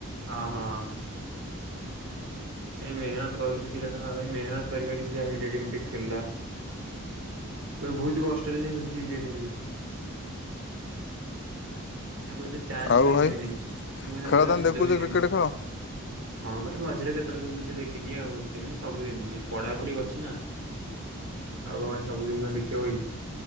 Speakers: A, on the right; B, on the left.
A: ହଁ ହଁ। ସେ ମେହନତ କରୁଛି ପିଲା ଭ ମେହନତ କରି ଖୋ। <unintelligible> ବହୁତ କଷ୍ଟରେ ସେ ଖଛି ଇଣ୍ଡିଆ ଟିମ ତାକୁ ଏତେ ଚାନ୍ସ ବି
B: ଆଉ ଭାଇ
A: ଦିଅନ୍ତିନି। ମୁଁ ତାକୁ
B: ଖେଳ
A: ଏତେ
B: ତମେ
A: ସୁଯୋଗ
B: ଦେଖୁଛ
A: ବି ଦିଅନ୍ତି।
B: କ୍ରିକେଟ ଖେଳ।
A: ହଁ ଭାଇ ମଝିରେ କେତେବେ ମିନିଟ ଦେଖିଦି ଆଉ ସେମିତି ସବୁଦିନ ପଢାପଢି କରିୁଛି ନା ଆଉ କଣ ସବୁଦିନ କ ଦେଖିବା ହ କି?